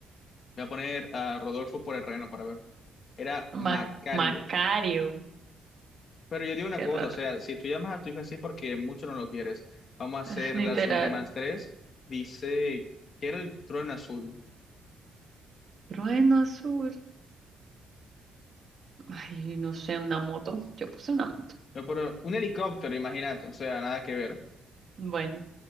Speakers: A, on the left; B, on the right.
A: voy a poner a Rodolfo por el reno para ver. Era
B: Ma-
A: Macario.
B: Macario.
A: Pero yo digo una
B: Qué
A: cosa,
B: raro.
A: o sea, si tú llamas a tu hijo así porque mucho no lo quieres, vamos a hacer
B: <laughs> Literal.
A: las últimas tres. Dice, que era el trueno azul?
B: Trueno azul. Ay, no sé, una moto. Yo puse una. mo-
A: No, pero un helicóptero, imagínate, o sea, nada que ver.
B: Bueno,